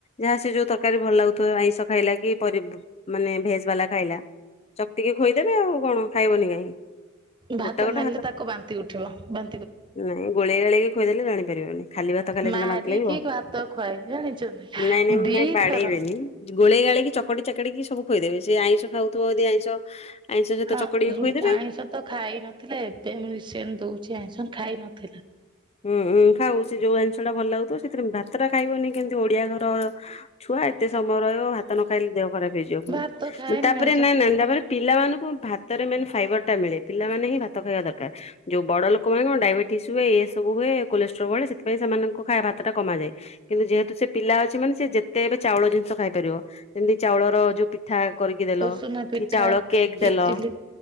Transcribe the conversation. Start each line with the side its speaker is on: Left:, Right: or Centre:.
Left: ଯାହା ସେ ଯୋଉ ତ ତରକାରୀ ଭଲ ଲାଗୁଥିବ ଆଇଁଷ ଖାଇଲା କି ପରି ମାନେ ଭେଜ ବାଲା ଖାଇଲା ଚକଟିକି ଖୋଇଦେବେ ଆଉ କଣ। ଖାଇବନି କାହିଁ।
Right: ଭାତ
Left: ଗୋଟା ଗୋଟା
Right: ନେଲେ ତାକୁ ବାନ୍ତି ଉଠେଇବ ବା
Left: ନାଇଁ ଗୋଳେଇ ଗାଳିକି ଖୋଇଦେଲେ ଜାଣି ପାରିବନି ଖାଲି ଭାତ ଖାଇଲେ
Right: ମାରିକି
Left: ସିନା ବାନ୍ତି ଲାଗିବ।
Right: ଭାତ ଖୁଆଏ ଜାଣିଛନ୍ତି
Left: ନାଇଁ ନାଇଁ
Right: ଦିଥର
Left: <unintelligible> ବାଡେଇବେନି। ଗୋଳେଇ ଗାଳେଇକି ଚକଟି ଚାକେଟିକି ସବୁ ଖୋଇଦେବେ ସେ ଆଇଁଷ ଖାଉଥିବ ଯଦି ଆଇଁଷ ଆଇଁଷ ସହିତ
Right: ହଁ
Left: ଚକଟିକି ଖୋଇଦେବେ
Right: ଆଇଁଷ ତ ଖାଇ ନଥିଲା ଏବେ ମୁଁ ରିସେଣ୍ଟ ଦଉଚି ଆଇଁଷ ଖାଇ ନଥିଲା।
Left: ହୁଁଁ ହୁଁ ଖାଉ ସେ ଯୋଉ ଆଇଁସଟା ଭଲ ଲାଗୁଥିବ ସେଥିରେ ଭାତ ଟା ଖାଇବନି କେମିତି ଓଡିଆ ଘର ଛୁଆ ଏତେ ସମୟ ରହିବ ଭାତ ନ ଖାଇଲେ ଦେହ ଖରାପ ହେଇଯିବ ପୁଣି
Right: ଭାତ ଖାଏନି
Left: ତାପରେ
Right: ମ୍ୟାମ୍ ସତେ
Left: ନା ନାତାପରେ ପିଲାମାନଙ୍କୁ ଭାତରେ ମେନ୍ ଫାଇବର ଟା ମିଳେ ପିଲାମାନେ ହିଁ ଭାତ ଖାଇବା ଦରକାର। ଯୋଉ ବଡ ଲୋକମାନଙ୍କୁ ଡାଇବେଟିସି ହୁଏ ଏ ସବୁ ହୁଏ କୋଲେଷ୍ଟ୍ରୋଲ ବଢ଼େ ସେଥିପାଇଁ ସେମାନଙ୍କୁ ଖା ଭାତଟା କମାଯାଏ କିନ୍ତୁ ଯେହେତୁ ସେ ପିଲା ଅଛି ମାନେ ସେ ଯେ ସେ ଏବେ ଚାଉଳ ଜିନିଷ ଖାଇପାରିବ ଯେମିତି ଚାଉଳର ଯୋଉ ପି ପିଠା କରିକି ଦେଲ
Right: ଉଷୁନା ପିଠା
Left: କି ଚାଉଳ କେକ୍ ଦେଲ
Right: ଇଟିଲି